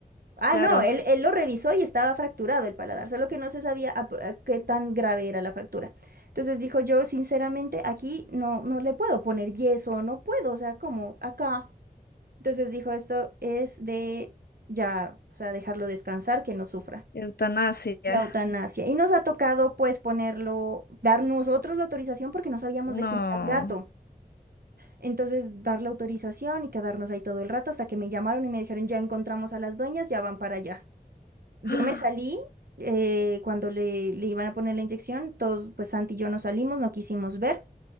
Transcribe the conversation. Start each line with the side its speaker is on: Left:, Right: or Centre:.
Right: Ah,
Left: Claro.
Right: no, él, él lo revisó y estaba fracturado el paladar, solo que no se sabía a pr- a qué tan grave era la fractura. Entonces dijo yo, sinceramente, aquí no, no le puedo poner yeso, no puedo, o sea, como acá. Entonces dijo, esto es de ya, o sea, dejarlo descansar, que no sufra.
Left: Eutanasia.
Right: La eutanasia. Y nos ha tocado pues ponerlo, dar nosotros la autorización porque no sabíamos
Left: No.
Right: de quién era el gato. Entonces dar la autorización y quedarnos ahí todo el rato hasta que me llamaron y me dijeron, ya encontramos a las dueñas, ya van para allá. Yo
Left: <gasps> ¡Ah!
Right: me salí eh, cuando le, le iban a poner la inyección, todos pues Santi y yo nos salimos, no quisimos ver.